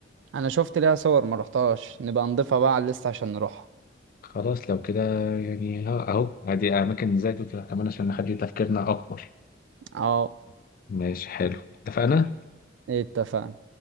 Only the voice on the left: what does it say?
خلاص لو كده يعني ها- أهو أدي أماكن زي دي كمان عشان نخلي تفكيرنا أكبر
ماشي حلو اتفقنا؟